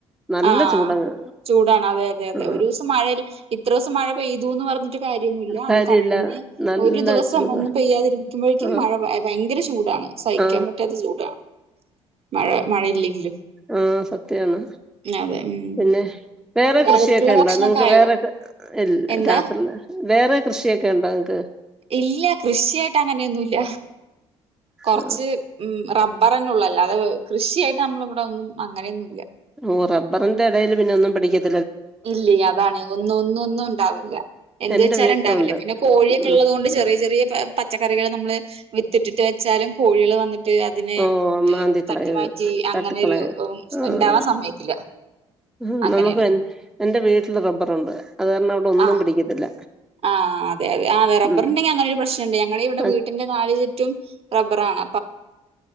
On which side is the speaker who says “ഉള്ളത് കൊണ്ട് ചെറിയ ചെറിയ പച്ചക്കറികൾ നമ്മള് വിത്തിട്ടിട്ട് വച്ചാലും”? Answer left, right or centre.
Right